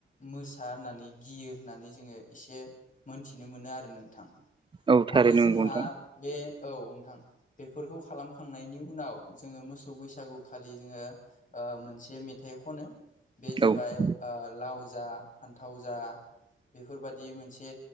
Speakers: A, on the left (about 35°); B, on the right (about 25°).
A: मोसा होननानै गियो होननानै जोङो एसे मोनथिनो मोनो आरो नोंथां
B: औ थारैनो
A: आरो जोंहा
B: नंगौ नोंथां
A: बे औ नोंथां। बेफोरखौ खालामखांनायनि उनाव जोंङो मोसौ बैसागु खालि जोंङो ओ मोनसे मेथाइ खनो बे जाबाय
B: औ
A: ओ लाव जा फान्थाव जा बेफोरबादि मोनसे